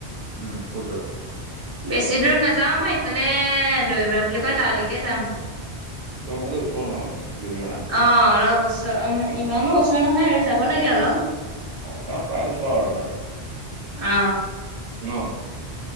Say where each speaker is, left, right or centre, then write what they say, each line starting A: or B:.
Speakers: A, on the right; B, on the right.
A: উম, ক'ত যাবা?
B: বেছি দূৰত নাযাও মই। ইফালে দৈমৰা বুলি কয় তালৈকে যাম।
A: তই কলে ওচৰ ন? দৈমৰা
B: অ, অলপ ওচৰ, ইমানো ওচৰ নহয় আৰু যাব লাগে অলপ।
A: অ তেও প্ৰায় ওচৰ আৰু ধৰা।
B: অ।
A: ন?